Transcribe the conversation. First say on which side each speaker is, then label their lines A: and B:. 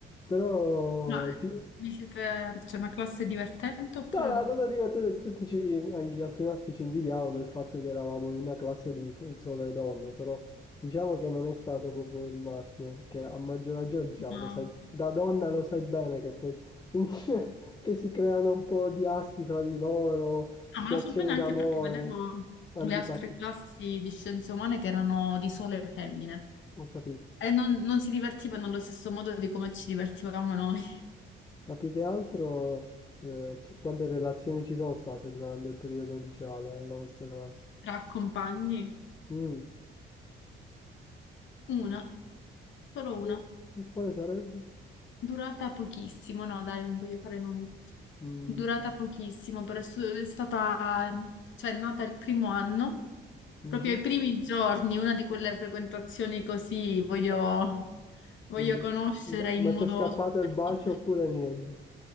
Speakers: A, on the left; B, on the left.
A: però
B: no,
A: ti-
B: vi siete, c'è una classe divertente oppure
A: No, ma
B: no?
A: la cosa divertente, tutti ci, anche gli altri maschi ci invidiavano il fatto che eravamo in una classe di f- sole donne, però diciamo che non è stato proprio il massimo, perché a maggior ragione, diciamo,
B: No,
A: lo sai, da donna lo sai bene che poi finisce <laughs> che si creano un po' di asti fra di loro, situazioni
B: No, ma lo so bene
A: d'amore,
B: anche perché vedevo
A: antipatie,
B: le altre classi di scienze umane che erano di sole femmine
A: ho capito.
B: e non, non si divertivano allo stesso modo di come ci divertivamo noi,
A: Ma più che altro, eh, ci- quante relazioni ci sono state durante il periodo liceale, eh, la vostra classe?
B: tra compagni.
A: Mm.
B: Una, solo una,
A: Mm, E quale sarebbe?
B: durata pochissimo, no, dai, non voglio fare nomi.
A: Mm.
B: Durata pochissimo, però è su- è stata, cioè, è nata il primo anno, proprio
A: Mh-mh,
B: ai primi giorni, una di quelle frequentazioni così voglio, voglio
A: mh.
B: conoscere
A: Ma
B: in
A: ma
B: modo
A: c'è scappato
B: <laughs> superficiale.
A: il bacio oppure niente?